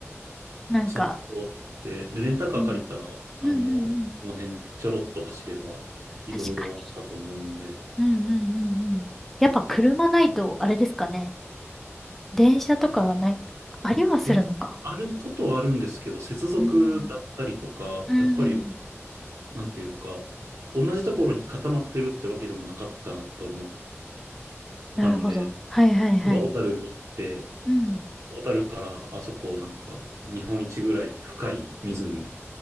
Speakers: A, in the centre; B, on the right.
A: なんか、
B: 札幌行って、で、レンタカー借りたら、
A: うん。
B: あの、
A: うんうんうん。
B: この辺ちょろっと走れば、いろいろあったと思うんで、
A: 確かに。うんうんうんうん。やっぱ車ないと、あれですかね。電車とかはない、ありはするのか。
B: 電車あることはあるんですけど、接続だったりとか、
A: うん。うん。
B: やっぱり、なんていうか、同じところに固まってるってわけでもなかったと思っ
A: なるほど。
B: たんで、
A: はいはいはい。
B: ただ小樽に行って、
A: うん。
B: 小樽からあそこ、なんか、日本一ぐらい深い湖、